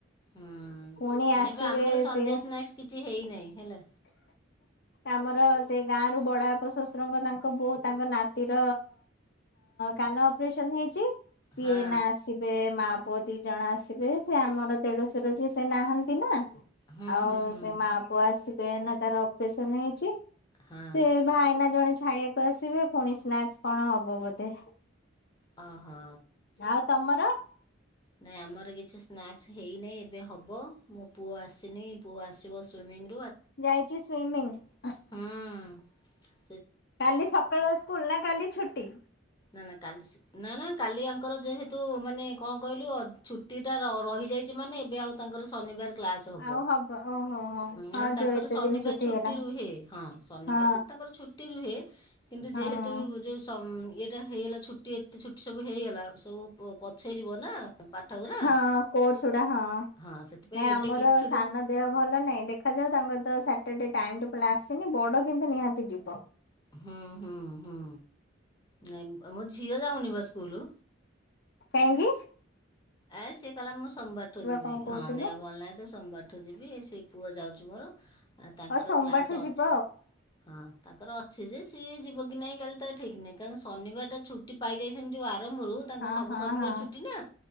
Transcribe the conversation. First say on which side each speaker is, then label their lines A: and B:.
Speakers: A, on the left; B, on the left.
A: ହୁଁ
B: ପୁଣି
A: ନାଇଁବେ
B: ଆସିବେ
A: ଆମର ସନ୍ଧ୍ୟା
B: ସେ
A: ସ୍ନାକ୍ସ କିଛି ହେଇନାହିଁ। ହେଲା
B: ଆମର ସେ ଗାଁ ର ବଡପ ଶ୍ୱଶୁରଙ୍କ ତାଙ୍କ ବୋଉ ତାଙ୍କ ନାତିର କାନ ଅପରେସନ ହେଇଛି। ସିଏ
A: ହଁ
B: ନା ଆସିବେ ମା ପୁଅ ଦି ଜଣ ଆସିବେ ସେ ଆମର ଦେଢଶୁରଝି ସେ ନାହାନ୍ତି ନା
A: ହୁଁ
B: ଆଉ
A: ହୁଁ ହୁଁ
B: ସେ ମା ପୁଅ ଆସ ସେ ଏନା ତାର ସେସନ ହେଇଛି ସେ
A: ହଁ
B: ଭାଇନା ଜଣେ ଖାଇବାକୁ ଆସିବେ ପୁଣି ସ୍ନାକ୍ସ କଣ ହବ ବୋଧେ
A: ଓହୋ
B: ଆଉ ତମର
A: ନାଇଁ ଆମର କିଛି ସ୍ନାକ୍ସ ହେଇନହିଁ ଏବେ ହବ ମୋ ପୁଅ ଆସିନି ପୁଅ ଆସିବ ସୁଇମିଙ୍ଗ
B: ଯାଇଛି ସ୍ଵିମିଙ୍ଗ
A: ହଁ
B: କାଲି ସକାଳୁ ସ୍କୁଲ ନା କାଲି ଛୁଟି
A: ନା ନା କାଲି ନା ନା କାଲି ଆଙ୍କର ଯେହେତୁ ମାନେ କଣ କହିଲୁ ଛୁଟି ଟା ରହିଯାଇଛି ମାନେ ଏବେ ଆଉ ତାଙ୍କର ଶନିବାର ହବ
B: ଆଉ ଓହୋ ହୋ ହଁ
A: ନଲେ
B: ଯୋଉ
A: ତାଙ୍କର
B: ଏତେ
A: ଶନିବାର
B: ଦିନ ଛୁଟି
A: ଛଟି
B: ହେଲା
A: ରୁହେ ହଁ ଶନିବାର
B: ହଁ
A: ତ ତାଙ୍କର ଛୁଟି ରୁହେ କିନ୍ତୁ
B: ହଁ।
A: ଯେତୁ ଯୋଉ ଟା ହେଇଗଲା ଛୁଟି ଏତେ ଛୁଟି ସବୁ ହେଇଗଲା ସବୁ ପଛେଇଯିବ ନା ପାଠଗୁରା
B: ହଁ କୋର୍ସୁଡା ହଁ ନାଇ
A: ହଁ ସେଥିପାଇଁ ଏବେ
B: ଆମର
A: କିଛି
B: ସାନ
A: ଦିନ
B: ଦେହ ଭଲ ନାଇଁ ଦେଖାଯାଉ ତାଙ୍କର ତ ଟ ଟାଇ ଟେବଲ ଆସିନି ବଡ଼ କିନ୍ତୁ ନିହାତି ଯିବ
A: ହୁଁ ହୁଁ ହୁଁ ନ ମୋ ଝିଅ ଯାଉନି ସ୍କୁଲ
B: କହିଁଙ୍ଗି
A: ଆ ସିଏ କହିଲ ମୁଁ ସୋମବାରଠୁ ଯିବି
B: କଣ କହୁଥିଲୁ
A: ହଁ ଦେହ ଭଲ ନାହିଁ ତ ସୋମବାର ଠୁ ଯିବି ସେ ପୁଅ ଯାଉଛି <inaudible> ଆ ତାଙ୍କର
B: ଆଉ ସୋମବାରଠୁ
A: କ୍ଲାସ୍ ଅଛି
B: ଯିବ
A: ହଁ ତାଙ୍କର ଅଛି ଯେ ସିଏ ଯିବ କି ନାହିଁ କାଲି ତାର ଠିକ ନାଇଁ କାରଣ ଶନିବାର ଟା ଛୁଟି ପାଇଯାଇଛନ୍ତି ଯୋଉ ଆରମ୍ଭରୁ ତାଙ୍କର
B: ଆଉ
A: ସବୁ
B: ହଁ
A: ଶନିବାର
B: ହଁ ହଁ
A: ଛୁଟି ନା